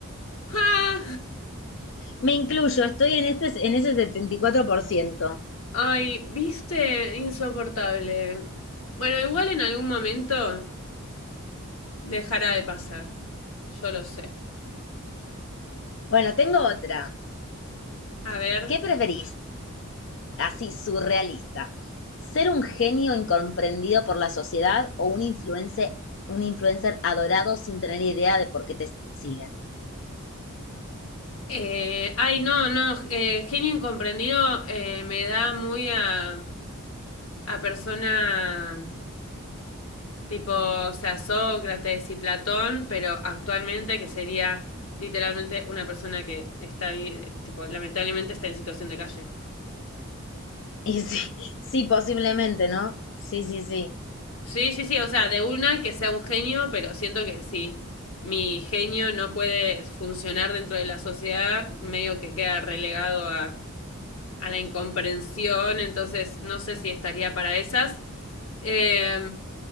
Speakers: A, on the left; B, on the left.
A: <laughs> ah,
B: Me incluyo, estoy en este, en ese 74%.
A: ay, viste, insoportable. Bueno, igual en algún momento Dejará de pasar. Yo lo sé.
B: Bueno, tengo otra.
A: A ver.
B: ¿Qué preferís? Así, surrealista. ¿Ser un genio incomprendido por la sociedad o un influencer, un influencer adorado sin tener idea de por qué te siguen?
A: eh, ay, no, no. eh, genio incomprendido eh, me da muy a, a persona tipo, o sea, Sócrates y Platón, pero actualmente que sería literalmente una persona que está, vi- tipo, lamentablemente está en situación de calle.
B: Y sí, sí, posiblemente, ¿no? Sí, sí, sí.
A: Sí, sí, sí, o sea, de una que sea un genio, pero siento que si Mi genio no puede funcionar dentro de la sociedad, medio que queda relegado a a la incomprensión, entonces no sé si estaría para esas. Eh,